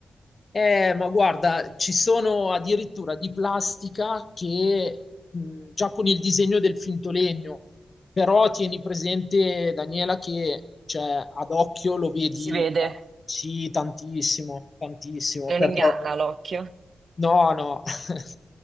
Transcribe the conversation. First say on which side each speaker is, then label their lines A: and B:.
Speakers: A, on the left; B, on the right.
A: Eh, ma guarda, ci sono addirittura di plastica che mh, già con il disegno del finto legno, però tieni presente, Daniela, che cioè, ad occhio lo vedi,
B: Si vede.
A: ah, sì, tantissimo, tantissimo,
B: Non
A: perché
B: inganna l'occhio.
A: No, no, <laughs>